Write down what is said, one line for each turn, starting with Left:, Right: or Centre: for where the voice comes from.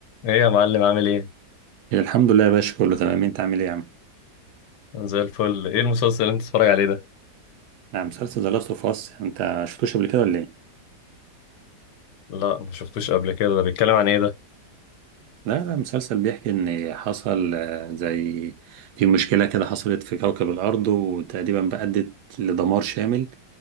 Left: ايه يا معلم عامل ايه؟
Right: الحمد لله يا باشا كله تمام انت عامل ايه يا عم
Left: أنا زي الفل ايه المسلسل اللي انت بتتفرج عليه ده؟
Right: نعم مسلسل ذا لاست اوف اس انت شفتوش قبل كده ولا ايه
Left: لا ما شفتوش قبل كده ده بيتكلم عن ايه ده؟
Right: لا لا مسلسل بيحكي ان حصل آه، زي في مشكلة كده حصلت في كوكب الارض وتقريبا بقى ادت لدمار شامل